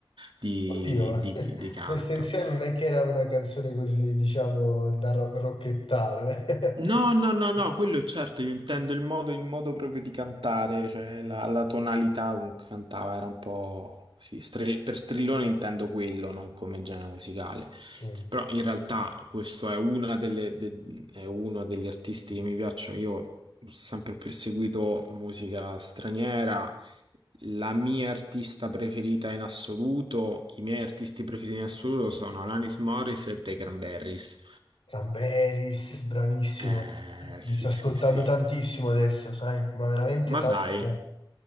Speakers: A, on the right; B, on the left.
A: di,
B: <laughs>
A: di- di canto.
B: l'Essenziale non è che era una canzone così, diciamo, da ro- rocchettaro. eh.
A: No, no, no,
B: <laughs>
A: no, quello è certo, io intendo il modo, il modo proprio di cantare, cioè la, la tonalità con cui cantava era un po' così, stri- per strillone intendo quello, non come genere musicale,
B: Sì.
A: però in realtà questo è, una delle, de- è uno degli artisti che mi piacciono, io ho sempre più seguito musica straniera, la mia artista preferita in assoluto, i miei artisti preferiti in assoluto sono Alanis Morris e The Cranberries.
B: Ramberis, bravissimo.
A: Eh,
B: Mi
A: sì,
B: sto ascoltando
A: sì, sì.
B: tantissimo adesso, sai, ma veramente
A: Ma
B: tanto.
A: dai,
B: bene.